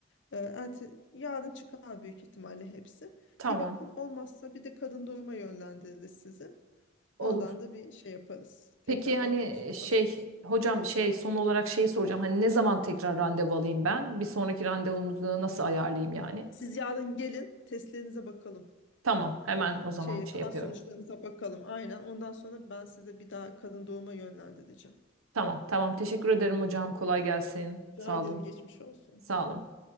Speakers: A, on the left; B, on the right.
A: E, erte- yarın çıkar büyük ihtimalle hepsi.
B: Tamam.
A: Bir bakın olmazsa bir de kadın doğuma yönlendiririz sizi.
B: Olur.
A: Oradan da bir şey yaparız. Tekrardan
B: Peki hani
A: konsültasyon
B: şey
A: isteriz.
B: hocam şey son olarak şeyi soracağım. Hani ne zaman tekrar randevu alayım ben? Bir sonraki randevumuzu nasıl ayarlayayım yani?
A: Siz yarın gelin testlerinize bakalım.
B: Tamam, hemen o zaman
A: Şey,
B: şey
A: kan
B: yapıyorum.
A: sonuçlarınıza bakalım. Aynen. Ondan sonra ben size bir daha kadın doğuma yönlendireceğim.
B: Tamam, tamam. Teşekkür ederim hocam.
A: Tamam.
B: Kolay gelsin.
A: Rica
B: Sağ
A: ederim
B: olun.
A: geçmiş olsun.
B: Sağ olun.